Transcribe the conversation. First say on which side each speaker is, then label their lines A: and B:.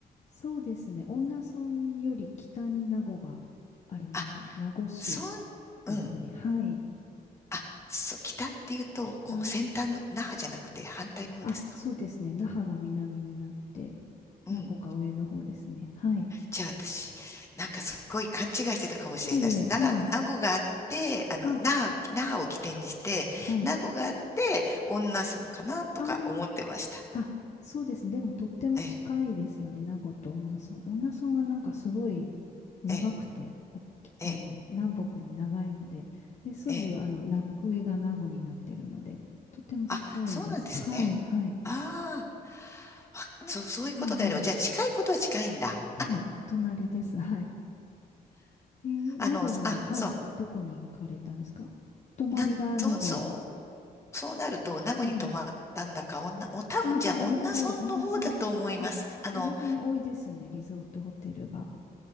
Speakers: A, on the left; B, on the left.
A: そうですね。恩納村より北に名護がありますね。
B: あ、
A: 名護市
B: 村、うん。
A: ですね。はい。
B: あ、そう、北っていうと、
A: 北。
B: こう、先端の、那覇じゃなくて反対の方ですか。
A: あ、そうですね。那覇が南になって、
B: うん。
A: 名護が上の方ですね。はい。
B: じゃあ私、なんかすごい勘違いしてたかもしれないし、
A: いえいえ。は
B: 名が、名護があって、あの、
A: あ。あ、
B: 那覇、那覇を起点にして、
A: はい。
B: 名護があって、女村かなとか思ってました。
A: ああ。あ、そうですね。でもとっても近いですよね。
B: ええ、
A: 名護と恩納村。恩納村がなんかすごい長くて、
B: ええ、
A: ほあの、
B: ええ、
A: 南北に長いので、で、すぐ、
B: ええ。
A: あの、な、上が名護になってるので、とっても近いです。
B: あ、そうなんですね。
A: うんはい、はい。
B: ああ、わそう、そういうことであれば、
A: うんうん。
B: じゃあ近いことは近いんだ。
A: はい、隣です。はい。えー名護の、
B: あの、あ、
A: はい、
B: そ
A: どこに行かれたんですか泊まりが名護。
B: う、なん、そう、そうそうなると、名護に泊まったんだか、
A: うん。
B: 女、お、多分じゃあ、
A: ああ、なるほど。
B: 女村の方だと思います。
A: 恩納村。あ、
B: あの、
A: あの辺多いですよね。リゾートホテルが。